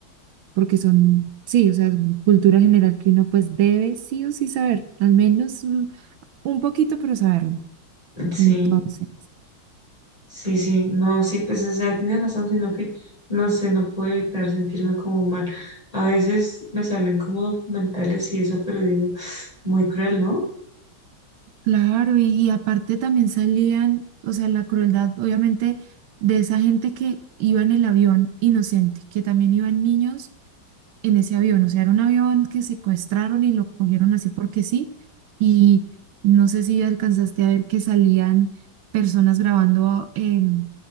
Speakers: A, on the right; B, on the left.
A: porque son, sí, o sea, es cultura general que uno pues debe sí o sí saber, al menos un un poquito, pero saberlo.
B: sí,
A: Entonces,
B: sí, sí, no, sí, pues, o sea, tiene razón, sino que, no sé, no puedo evitar sentirme como mal. A veces me salen como documentales y eso, pero digo, muy cruel, ¿no?
A: claro, y, y aparte también salían, o sea, la crueldad obviamente de esa gente que iba en el avión inocente, que también iban niños en ese avión. O sea, era un avión que secuestraron y lo cogieron así porque sí. Y no sé si alcanzaste a ver que salían personas grabando em,